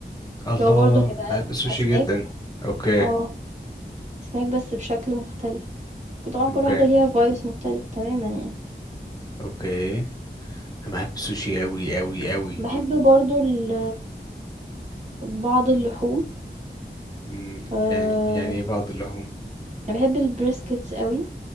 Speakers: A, on the right; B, on the left.
A: اللي
B: الله
A: هو برضه هيبقى
B: بحب السوشي
A: أسماك
B: جدا أوكي
A: آه. أسماك بس بشكل مختلف. ك طبعًا
B: أوكي
A: كل واحدة ليها vibes مختلفة تمامًا يعني.
B: أوكي أنا بحب السوشي أوي أوي أوي
A: باحب برضه ال بعض اللحوم
B: مم،
A: آآ
B: يعني يعني إيه بعض اللحوم؟
A: أنا باحب الbriskets أوي،